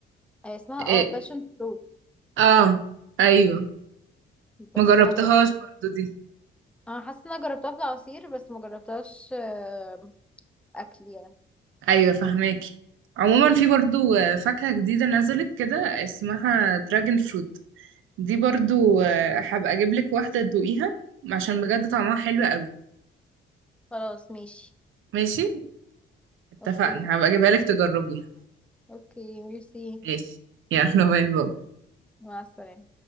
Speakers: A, in the centre; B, on the right.
A: آه اسمها
B: إيه؟
A: اه باشن فروت
B: اه ايوه
A: بس
B: ما جربتهاش
A: ما دقتهاش
B: برضو دي
A: انا حاسة ان انا جربتها في العصير بس ما جربتهاش آه اكل يعني
B: ايوه فهماكي عموما في برضو آه، فاكهه جديده نزلت كده اسمها دراجون فروت دي برضو آه، هبقى اجيب لك واحده تدوقيها عشان بجد طعمها حلو قوي
A: خلاص ماشي
B: ماشي اتفقنا
A: اوكي
B: هبقى اجيبها لك تجربيها
A: اوكي ميرسي
B: ماشي يلا باي باي
A: مع السلامة